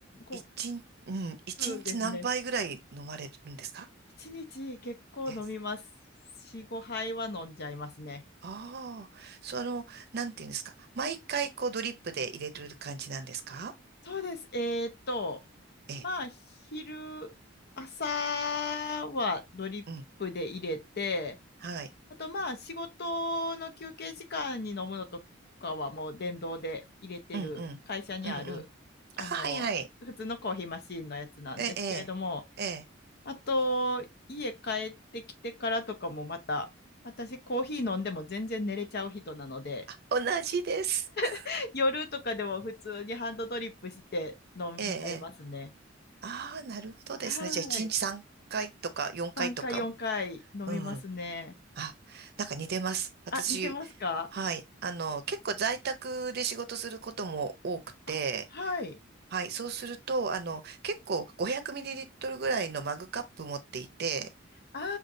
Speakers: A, on the left (about 55°); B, on the right (about 55°).
A: こ
B: 一日、うん、一日何杯ぐらい飲まれるんですか
A: う、そうですね。一日結構飲みます。
B: ええ。
A: 4、5杯は飲んじゃいますね。
B: ああ、その、なんていうんですか。毎回こうドリップで入れてる感じなんですか
A: そうです。えーっと、
B: ええ、
A: まあ、昼、朝はドリップで入れて、
B: うん、はい。
A: あとまあ、仕事の休憩時間に飲むのとかはもう電動で入れてる、
B: うん、うん、
A: 会社にある、
B: うん、うん。
A: あの、
B: あ、はいはい。
A: 普通のコーヒーマシーンのやつなんですけれども、
B: ええ、ええ、ええ
A: あと、家帰ってきてからとかもまた、私コーヒー飲んでも全然寝れちゃう人なので、
B: 同じです。<laughs>
A: <laughs> 夜とかでも普通にハンドドリップして飲みちゃいますね。
B: ええ、ええ。ああ、なるほどですね。
A: はい。
B: じゃあ一日3回とか4回とか、
A: 3回、4回飲みますね。
B: うん。あ、なんか似てます。私、
A: あ、似てますか
B: はい。あの、結構在宅で仕事することも多くて、
A: あ、はい。
B: はい。そうすると、あの、結構 500ml ぐらいのマグカップ持っていて、
A: あ